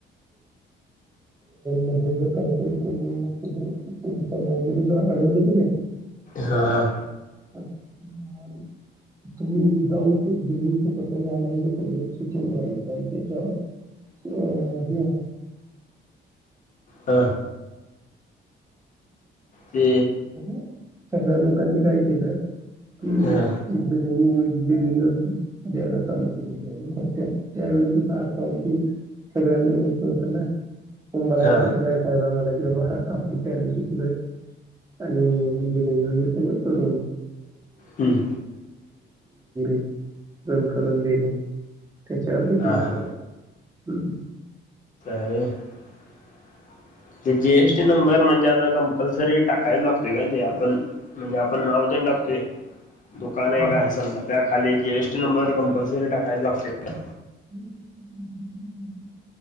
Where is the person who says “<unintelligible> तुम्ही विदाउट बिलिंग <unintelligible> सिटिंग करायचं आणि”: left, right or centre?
Right